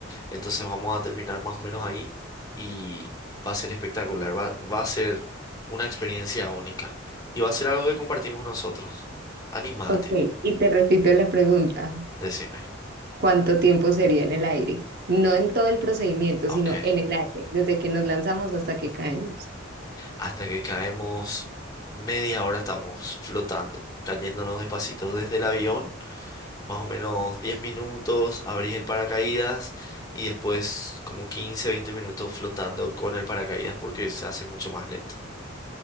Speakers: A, on the left; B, on the right.
A: Entonces vamos a terminar más o menos ahí y va a ser espectacular. Va, va a ser una experiencia única. Y va a ser algo que compartimos nosotros. Anímate,
B: ok. Y te repito la pregunta.
A: decime.
B: ¿Cuánto tiempo sería en el aire? No en todo el procedimiento,
A: Ok.
B: sino en el aire, desde que nos lanzamos hasta que caemos.
A: Hasta que caemos, media hora estamos flotando, cayéndonos despacito desde el avión. más o menos 10 minutos, abrís el paracaídas y después como 15 20 minutos flotando con el paracaídas porque se hace mucho más lento.